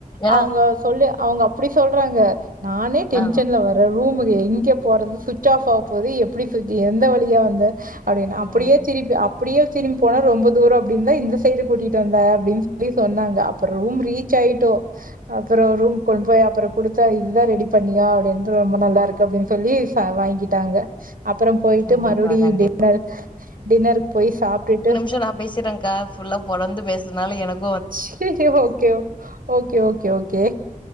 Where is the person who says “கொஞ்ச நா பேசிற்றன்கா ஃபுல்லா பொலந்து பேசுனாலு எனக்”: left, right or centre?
Left